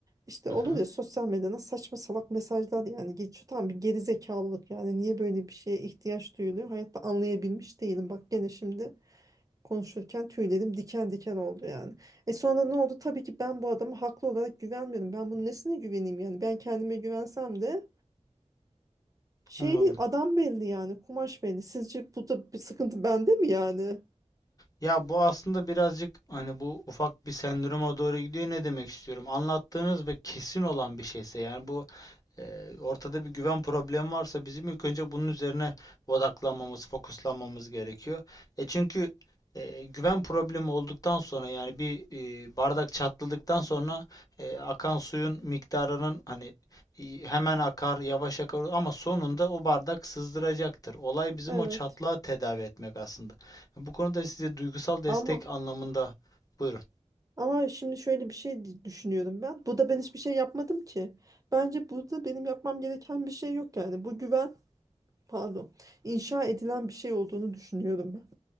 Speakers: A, on the right; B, on the left.
A: işte
B: Hı
A: olur
B: hı,
A: ya sosyal medyada saçma salak mesajlar yani geçiyor tam bir gerizekalılık yani niye böyle bir şeye ihtiyaç duyuluyor hayatta anlayabilmiş değilim bak gene şimdi konuşurken tüylerim diken diken oldu yani. E sonra ne oldu? Tabii ki ben bu adama haklı olarak güvenmiyorum. Ben bunun nesine güveneyim yani? Ben kendime güvensem de şey
B: anladım.
A: değil adam belli yani kumaş belli. Sizce burada bir sıkıntı bende mi yani?
B: Ya bu aslında birazcık hani bu ufak bir sendroma doğru gidiyor. Ne demek istiyorum? Anlattığınız ve kesin olan bir şeyse yani bu Eee, ortada bir güven problemi varsa bizim ilk önce bunun üzerine odaklanmamız, fokuslanmamız gerekiyor. E çünkü eee, güven problemi olduktan sonra yani bir eee, bardak çatladıktan sonra eee, akan suyun miktarının hani hemen akar, yavaş akar ama sonunda o bardak sızdıracaktır. Olay bizim
A: Evet.
B: o çatlağı tedavi etmek aslında. Bu konuda size duygusal destek
A: Ama
B: anlamında buyurun.
A: ama şimdi şöyle bir şey di- düşünüyorum ben. Burada ben hiçbir şey yapmadım ki. Bence burada benim yapmam gereken bir şey yok yani. Bu güven pardon inşa edilen bir şey olduğunu düşünüyorum ben.